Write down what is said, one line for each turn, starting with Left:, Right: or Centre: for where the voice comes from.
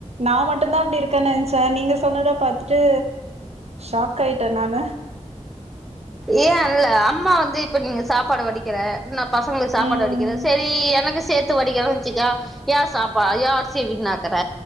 Right: நா மட்டுந்தா அப்டி இருக் த்த நெனச்சே நீங்க சொன்னத பாத்துட்டு ஷாக் ஆயிட்டே நானு
Centre: ஏஅன்ல அம்மா வந்து இப்ப நீங்க சாப்பாடு வடிக் கற நா பசங்களுக்கு சாப்பாடு
Right: ம்
Centre: வடிக்கிறே செரி எனக்கு சேத் து வடிக்கறன் வெச்சிக்க யார் சாப்பா ஏ அர்சிய வீண்ணாக்குற